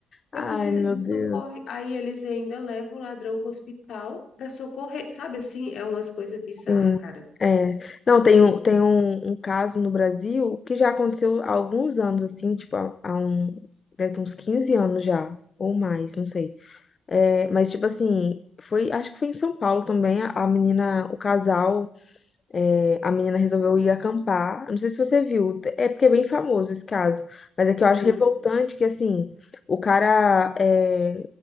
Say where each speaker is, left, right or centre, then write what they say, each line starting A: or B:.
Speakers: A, on the left; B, on the left.
A: Eu
B: Ai,
A: preciso
B: meu
A: me
B: Deus.
A: socorre. Aí eles ainda levam o ladrão para o hospital para socorrer. Sabe assim, é umas coisas bizarras,
B: Sim.
A: cara.
B: É. Não, tem
A: E-
B: um, tem um, um caso no Brasil que já aconteceu há alguns anos, assim, tipo, há, há um, deve ter uns 15 anos já, ou mais, não sei. É, mas, tipo assim, foi, acho que foi em São Paulo também, a, a menina, o casal, é, a menina resolveu ir acampar. Não sei se você viu, é porque é bem famoso esse caso, mas é que
A: Uhum.
B: eu acho revoltante que, assim, o cara, é,